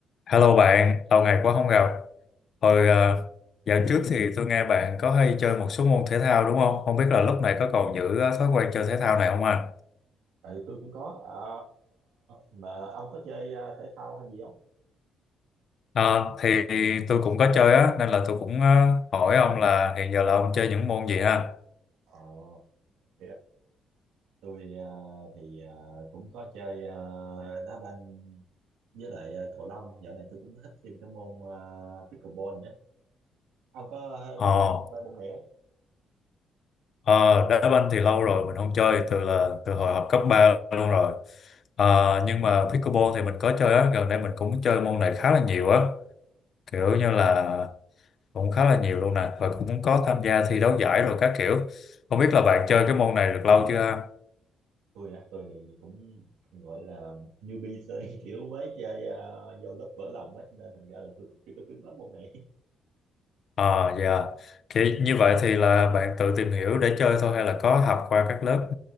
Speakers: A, on the left; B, on the right.
A: Hello bạn, lâu ngày quá không gặp. Hồi ờ, dạo trước thì tôi nghe bạn có hay chơi một số môn thể thao đúng không? Không biết là lúc này có còn giữ ờ, thói quen chơi thể thao này không anh?
B: tại tôi cũng có Ờ, mà ông có chơi ờ, thể thao hay gì không
A: Ờ, thì tôi cũng có chơi á, nên là tôi cũng ờ, hỏi ông là hiện giờ là ông chơi những môn gì ha?
B: Ờ, ok tôi ờ, thì ờ, cũng có chơi ờ, đá banh với lại ờ, cầu lông dạo này tôi cũng thích thêm cái môn ờ, pickleball nữa ông có
A: Ờ,
B: chơi thêm ba môn này không
A: ờ, đá banh thì lâu rồi mình không chơi, từ là từ hồi học cấp 3 luôn rồi. Ờ,
B: ồ
A: nhưng mà pickleball thì mình có chơi á, gần đây mình cũng chơi môn này khá là nhiều á, kiểu
B: ồ
A: như là cũng khá là nhiều luôn nè và cũng có tham gia thi đấu giải rồi các kiểu không biết là bạn chơi cái môn này được lâu chưa ha?
B: tôi á tôi thì cũng gọi là newbie chơi <laughs> kiểu mới chơi ờ, vô lớp vỡ lòng á cho nên thành ra là tôi cũng chưa có cứng lắm môn này
A: à dạ thì như vậy thì là bạn tự tìm hiểu để chơi thôi hay là có học qua các lớp